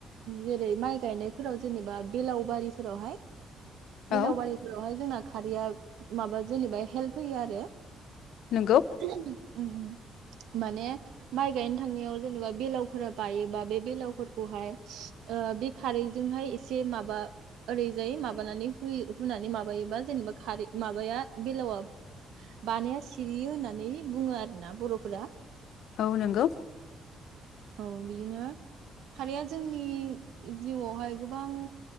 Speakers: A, on the right; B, on the left.
A: जेरै माइ गायनायफोराव जेनेबा बेलाव बारिफोरावहाय। बेलावबारिफोरावहाय
B: औ
A: जोंना खारैया माबा जेनेबा हेल्प होयो आरो।
B: नंगौ
A: उम उम। माने माइ गायनो थांनायाव जेनेबा बेलावफोरा बायोबा, बे बेलावफोरखौहाय ओ बे खारैजोंहाय एसे माबा ओरैजाय माबानानै हुनानै माबायोबा जेनेबा खारै माबाया बेलावा बानाया सिरियो होननानै बुङो आरो ना, बरफोरा
B: औ नंगौ।
A: औ बिदिनो खारिया जोंनि जिउआवहाय गोबां